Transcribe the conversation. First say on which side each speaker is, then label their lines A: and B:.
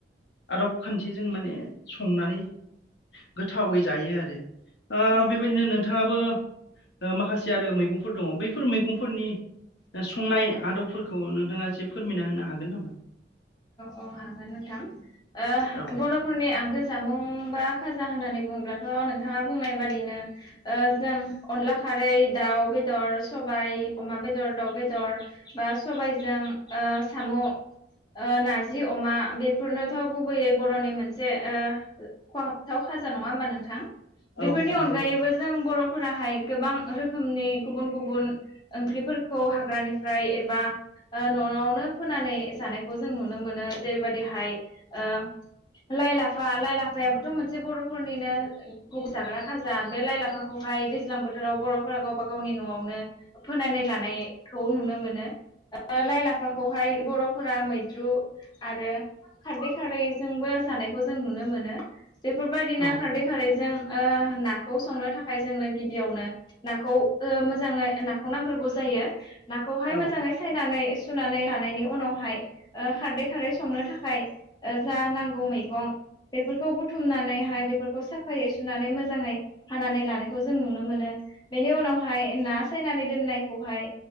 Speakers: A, on the left; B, on the left.
A: आदब खान्थिजों माने संनानै गोथावै जायो आरो।
B: औ
A: बेबायदिनो नोंथाङाबो माखासे आरो मैगंफोर दङ बैफोर मैगंफोरनि संनाय आदबफोरखौ नोंथाङा एसे फोरमायना होनो हागोन नामा?
B: औ हागोन नोंथां। ओ
A: औ
B: बर'फोरनि आंगो जामुं बा खाजा होननानै बुङोब्लाथ' नोंथाङा बुंनाय बादिनो ओ जों अनला खारै दाउ बेदर सबाय अमा बेदर दाउ बेदर बा सबायजों ओ साम' ओ नार जि अमा बेफोरनोथ' गुबैयै बर'नि मोनसे ओ खहाबथाव खाजा नङा होमबा नोंथां? बेफोरनि
A: औ नंगौ
B: अनगायैबो जों बर' फोराहाय गोबां रोखोमनि गुबुन गुबुन ओंख्रिफोरखौ हाग्रानिफ्राय एबा न'आवनो फोनानै जानायखौ जों नुयो नुनो मोनो जेरैबायदिहाय ओ लाय ला फा लाइ लाफायाबोथ' मोनसे बर'फोरनिनो गुब जाग्रा खाजा बे लाइ लाफाखौहाय दैज्लां बोथोर बोथोराव बर'फोरा गावबा गावनि न'आवनो फोनानै लानायखौ नुनो मोनो लाइ लाफाखौहाय बर'फोरा मैद्रु आरो खारदै खारैजोंबो जानायखौ जों नुनो मोनो। बेफोरबायदिनो
A: औ
B: खारदै खारैजों ओ होनना नाखौ संनो थाखाय जोंनो गिबियावनो नाखौ मोजाङै नाखौ नांग्रोगौ जायो। ना खौहाय
A: औ
B: मोजाङै सायनानै सुनानै लानायनि उनावहाय ओ खारदै खारै संनो थाखाय जा नांगौ मैगं बेफोरखौ बुथुमनानैहाय बेफोरखौ साफायै सुनानै मोजाङै हानानै लानायखौ जों नुनो मोनो। बेनि उनावहाय ना सायनानै दोननायखौहाय